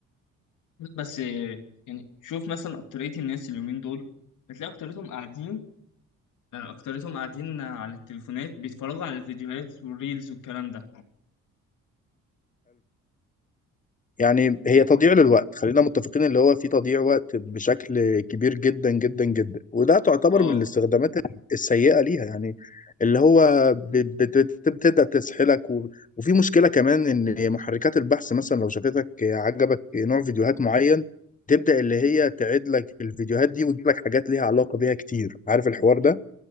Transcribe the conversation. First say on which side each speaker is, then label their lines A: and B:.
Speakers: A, on the left; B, on the left.
A: بس آه، يعني شوف مثلا اكتريه الناس اليومين دول بتلاقي اكتريتهم قاعدين آه، اكتريتهم قاعدين على التليفونات بيتفرجوا على الفيديوهات والريلز والكلام ده
B: يعني هي
A: يعني
B: تضييع للوقت خلينا متفقين اللي هو في تضييع وقت بشكل كبير جدا جدا جدا وده تعتبر
A: اه
B: من الاستخدامات السيئة ليها يعني اللي هو بت- بت- بت- بتبدأ تسحلك و... وفي مشكلة كمان ان محركات البحث مثلا لو شافتك عجبك نوع فيديوهات معين تبدأ اللي هي تعيد لك الفيديوهات دي وتجيب لك حاجات ليها علاقة بيها كتير عارف الحوار ده؟